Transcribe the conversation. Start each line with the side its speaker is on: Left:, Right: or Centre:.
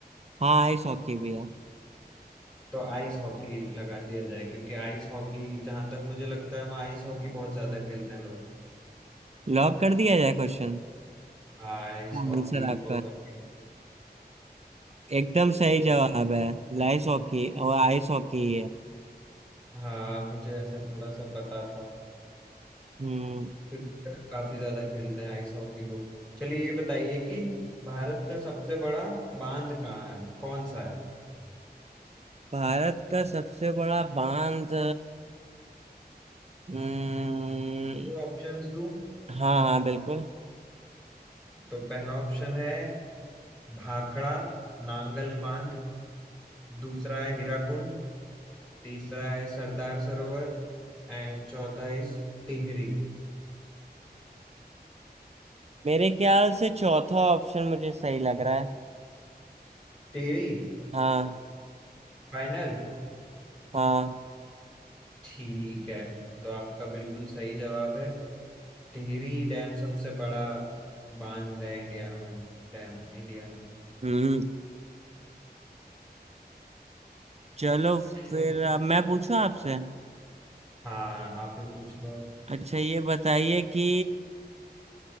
Right: हाँ आइस हॉकी भी है
Centre: तो आइस हॉकी लगा दिया जाए क्योंकि आइस हॉकी जहां तक मुझे लगता है वहाँ आइस हॉकी बहुत ज्यादा खेलते हैं लोग
Right: लॉक कर दिया जाए क्वेश्चन
Centre: आइस
Right: हाँ,
Centre: हॉकी
Right: आंसर आपका
Centre: को करके-
Right: एकदम सही जवाब है आइस हॉकी और आइस हॉकी ही है
Centre: हाँ मुझे ऐसा थोड़ा सा पता था
Right: हम्म
Centre: क्योंकि काफी ज्यादा खेलते हैं आइस हॉकी लोग चलिए ये बताइए कि भारत का सबसे बड़ा बांध कहाँ है कौन सा है
Right: भारत का सबसे बड़ा बांध हम्म,
Centre: वो ऑप्शंस दूं
Right: हाँ हाँ बिल्कुल
Centre: तो पहला ऑप्शन है भाखड़ा नांगल बांध दूसरा है हीराकुंड तीसरा है सरदार सरोवर एंड चौथा इज टिहरी
Right: मेरे ख्याल से चौथा ऑप्शन मुझे सही लग रहा है
Centre: टिहरी
Right: हाँ
Centre: फाइनल
Right: हाँ
Centre: ठीक है तो आपका बिल्कुल सही जवाब है टिहरी डैम सबसे बड़ा बांध है इंडिया में डैम इंडिया में
Right: हम्म चलो फिर
Centre: एक-
Right: अब मैं पूछूं आपसे
Centre: हाँ आप ही पूछ लो अब।
Right: अच्छा ये बताइए कि